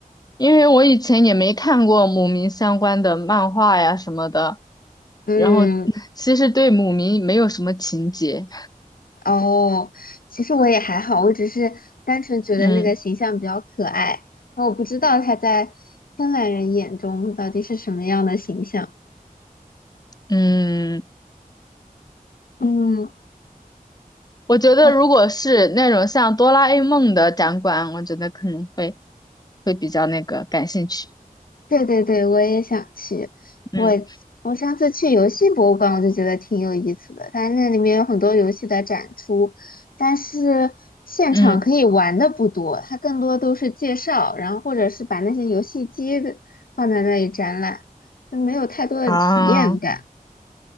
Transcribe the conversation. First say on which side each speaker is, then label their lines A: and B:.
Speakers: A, on the left; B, on the left.
A: 因为我以前也没看过姆明相关的漫画呀什么的，
B: 嗯，
A: 然后 <laughs> 其实对姆明没有什么情节。
B: 哦，其实我也还好，我只是单纯觉得那个形象比较可爱，
A: 嗯
B: 然后我不知道他在芬兰人眼中到底是什么样的形象。
A: 嗯，
B: 嗯，
A: 我觉得如果是那种像哆啦
B: 我
A: A 梦的展馆，我觉得可能会会比较那个感兴趣。
B: 对对对，我也想去。
A: 嗯
B: 我我上次去游戏博物馆，我就觉得挺有意思的。它那里面有很多游戏的展出，但是现场可以玩的不多，
A: 嗯
B: 它更多都是介绍，然后或者是把那些游戏机的放在那里展览，就没有太多的体验感。
A: 啊，